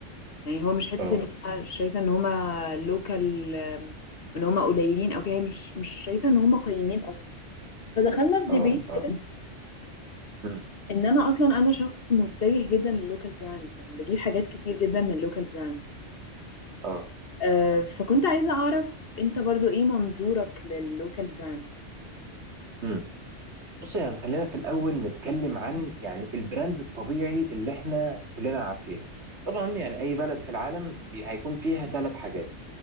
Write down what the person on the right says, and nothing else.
اه
اه
اه
مم.
اه
مم. بص يعني خلينا في الاول نتكلم عن يعني البراند الطبيعي اللي احنا كلنا عارفينه طبعا يعني اي بلد في العالم بي- هيكون فيها ثلاث حاجات